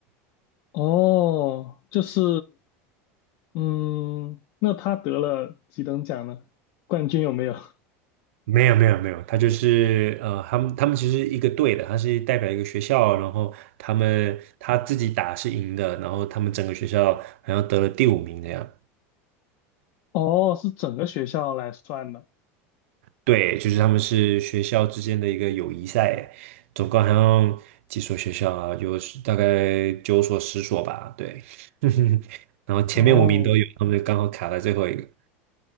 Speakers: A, on the left; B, on the right.
A: 哦，就是，嗯，那他得了几等奖呢？冠军有没有？<laughs>
B: 没有没有没有，他就是呃，他们他们其实一个队的，他是代表一个学校，然后他们他自己打是赢的，然后他们整个学校好像得了第五名那样。
A: 哦，是整个学校来算的。
B: 对，就是他们是学校之间的一个友谊赛，总共好像几所学校啊，有十大概九所十所吧，对。<laughs> 然后前面五名都有，
A: 哦，
B: 他们刚好卡在最后一个。